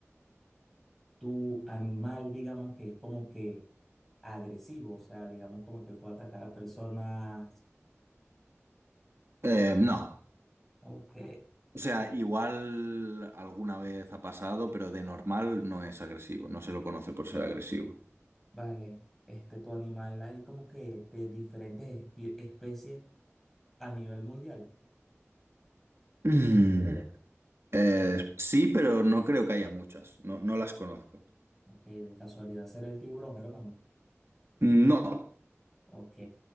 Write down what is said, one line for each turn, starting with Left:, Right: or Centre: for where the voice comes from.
Centre: Tu animal, digamos que es como que agresivo, o sea, digamos como que puede atacar a personas.
Right: Eh, no.
Centre: Ok.
Right: O sea, igual alguna vez ha pasado, pero de normal no es agresivo, no se lo conoce por ser agresivo.
Centre: Vale. Este, tu animal hay como que de diferentes espe- especies a nivel mundial.
Right: Mm, Eh, sí, pero no creo que haya muchas, no, no las conozco.
Centre: Ok. De casualidad será el tiburón, hermano.
Right: No,
Centre: Ok.